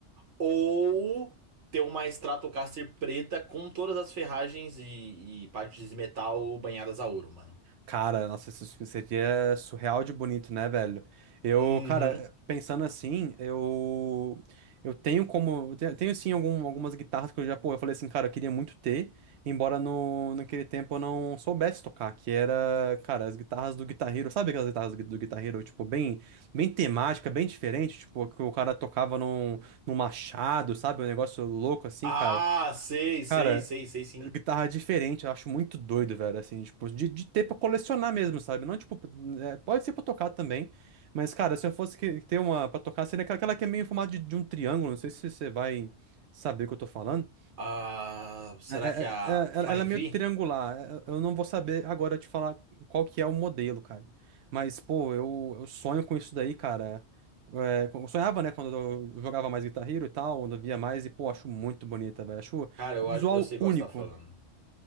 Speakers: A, on the right; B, on the right.
A: Ou ter uma Stratocaster preta com todas as ferragens e, e partes de metal banhadas a ouro, mano.
B: Cara, nossa, isso seria surreal de bonito, né, velho? Eu,
A: Uhum.
B: cara, pensando assim, eu eu tenho como, eu tenho, tenho sim algum- algumas guitarras que eu já, pô, eu falei assim, cara, eu queria muito ter, embora no, naquele tempo eu não soubesse tocar, que era, cara, as guitarras do Guitar Hero, sabe aquelas guitarras do do Guitar Hero, tipo, bem bem temática, bem diferente, tipo, que o cara tocava num, num machado, sabe? Um negócio louco assim,
A: Ah,
B: cara.
A: sei, sei,
B: Cara,
A: sei, sei sim.
B: guitarra é diferente, eu acho muito doido, velho, assim, tipo, de, de ter pra colecionar mesmo, sabe? Não, tipo, é, pode ser pra tocar também, mas, cara, se eu fosse que- ter uma pra tocar, seria aquela aquela que é meio em formato de, de um triângulo, não sei se você vai saber o que eu tô falando.
A: Ah, será
B: É- é-
A: que é a
B: é- é-
A: Flying
B: ela ela é meio
A: V?
B: triangular, é- eu não vou saber agora te falar qual que é o modelo, cara. Mas, pô, eu, eu sonho com isso daí, cara. É, eu sonhava, né, quando eu jogava mais Guitar Hero e tal, quando eu via mais, e, pô, acho muito bonita, velho, acho
A: Cara, eu,
B: visual
A: a- eu sei qual
B: único
A: você tá falando.